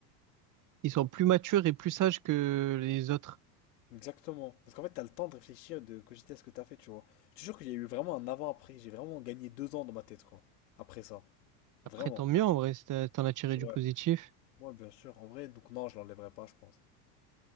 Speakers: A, on the right (about 40°); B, on the left (about 75°).
A: ils sont plus matures et plus sages que les autres.
B: Exactement. Parce qu'en fait, t'as le temps de réfléchir, de cogiter à ce que t'as fait, tu vois. Je te jure qu'il y a eu vraiment un avant-après. J'ai vraiment gagné deux ans dans ma tête, quoi. Après ça. Vraiment.
A: Après, tant mieux, en vrai, si t'as- t'en as tiré
B: Ouais.
A: du positif.
B: Ouais, bien sûr. En vrai, donc non, je l'enlèverai pas, je pense.